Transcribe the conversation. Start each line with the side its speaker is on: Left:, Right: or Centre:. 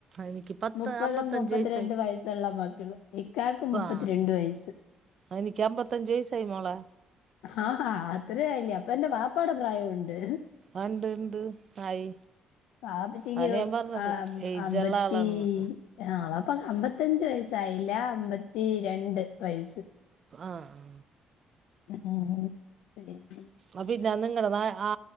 Right: എനിക്ക് പത്ത്
Left: മുപ്പതും
Right: അമ്പത്തഞ്ച്
Left: മുപ്പത്തിരണ്ടും
Right: വയസ്സായി
Left: വയസൊള്ള മ ക്കള്. ഇക്കാക്ക് മുപ്പത്തിരണ്ട്
Right: ആ
Left: വയെസ്സ്.
Right: എനിക്ക് അമ്പത്തഞ്ച് വയസായി മോളെ.
Left: ആഹ് അത്ര ആയില്ലേ. അപ്പൊ എന്റെ വാപ്പാടെ പ്രായൊണ്ട്.
Right: ഒണ്ട് ഇണ്ട് ആയി.
Left: വാപ്പച്ചിക്ക്
Right: അതാണ് ഞാൻ പറഞ്ഞത്
Left: ആഹ്
Right: ഏജുള്ള
Left: അമ്പത്തി
Right: ആളാണെന്ന്
Left: ആഹ് വാപ്പാക്ക് അമ്പത്തഞ്ച് വയസ്സായില്ല. അമ്പത്തിരണ്ട് വയിസ്സ്.
Right: ആഹ്
Left: ആഹ് <unintelligible>
Right: ആഹ് പിന്നെ നിങ്ങളുടെ നാ